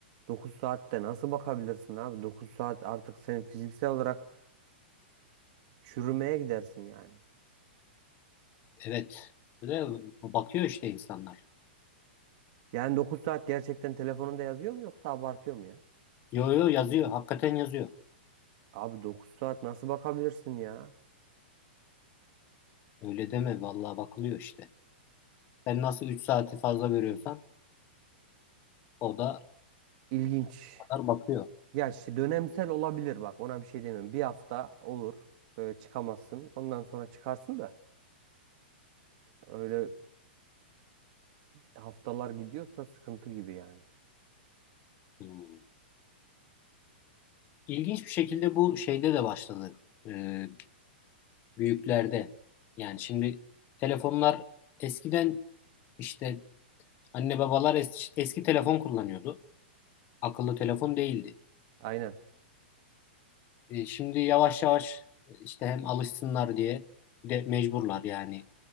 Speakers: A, on the right (about 50°); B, on the left (about 35°).
A: 9 saatte nasıl bakabilirsin abi? 9 saat artık sen fiziksel olarak çürümeye gidersin yani.
B: Evet. Ve bakıyor işte insanlar.
A: Yani 9 saat gerçekten telefonunda yazıyor mu yoksa abartıyor mu ya?
B: Yo yo yazıyor. Hakikaten yazıyor.
A: Abi 9 saat nasıl bakabilirsin ya?
B: Öyle deme. Vallahi bakılıyor işte. Sen nasıl 3 saati fazla veriyorsan, o da
A: İlginç.
B: o kadar bakıyor.
A: Ya işte dönemsel olabilir bak ona bir şey demiyorum. Bir hafta olur böyle çıkamazsın. Ondan sonra çıkarsın da öyle haftalar gidiyorsa sıkıntı gibi yani.
B: Hmm. İlginç bir şekilde bu şeyde de başladı. Ee, büyüklerde. Yani şimdi telefonlar eskiden işte anne babalar es- eski telefon kullanıyordu. Akıllı telefon değildi.
A: Aynen.
B: Ee, şimdi yavaş yavaş e, işte hem alışsınlar diye bir de mecburlar yani